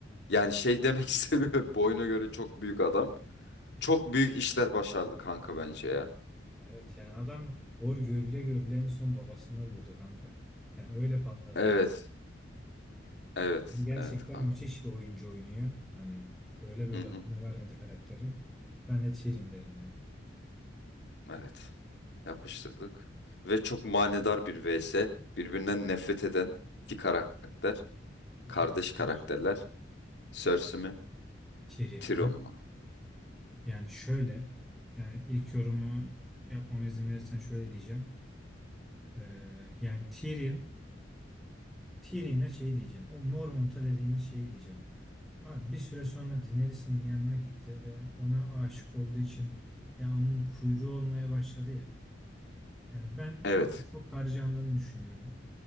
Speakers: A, on the left; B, in the centre.
A: yani şey demek <laughs> istemiyorum. Boyuna göre çok büyük adam. Çok büyük işler başardı kanka bence ya.
B: Ya evet yani adam hor görüle görüle en son babasını öldürdü kanka. Yani öyle patladı.
A: Evet. Evet.
B: Hani Gerçekten
A: Evet kanka.
B: müthiş bir oyuncu oynuyor. Hani öyle böyle
A: Hı hı.
B: aklına vermedi karakterin. Ben de Tyrion derim ya.
A: Evet. Yapıştırdık. Ve çok manidar bir vs. Birbirinden nefret eden iki karakter.
B: İki
A: Kardeş
B: kardeş.
A: karakterler. Cersei mi?
B: Tyrion
A: Tyrion
B: mı?
A: mu?
B: Yani şöyle. Yani ilk yorumu yapmama izin verirsen şöyle diyeceğim. Ee, yani Tyrion Tyrion'a şey diyeceğim. O Mormont'a dediğimiz şeyi diyeceğim. Abi bir süre sonra Daenerys'in yanına gitti ve ona aşık olduğu için ya onun kuyruğu olmaya başladı ya. Yani ben
A: Evet.
B: orada çok harcandığını düşünüyorum.